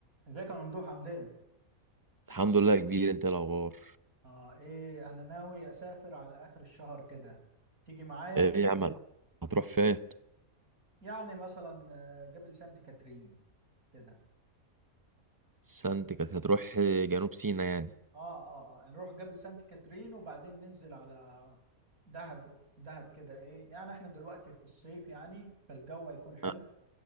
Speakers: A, on the right; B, on the right.
A: ازيك يا ممدوح عامل ايه؟
B: الحمد لله يا كبير انت ايه الاخبار
A: اه ايه انا ناوي اسافر على اخر الشهر كده تيجي معايا؟
B: ايه يا عم هتروح فين
A: يعني مثلا آه، جبل سانت كاترين كده
B: سانت كاترين هتروح جنوب سيناء يعني
A: اه اه اه نروح جبل سانت كاترين وبعدين ننزل على دهب دهب كده ايه يعني احنا دلوقتي في الصيف يعني فالجو هيكون حلو
B: آه،